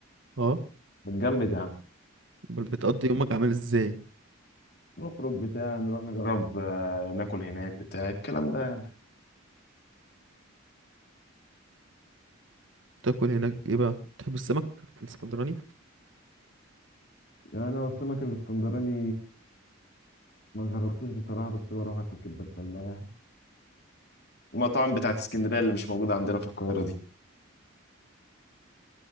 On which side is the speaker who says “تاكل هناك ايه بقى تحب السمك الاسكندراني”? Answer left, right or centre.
Right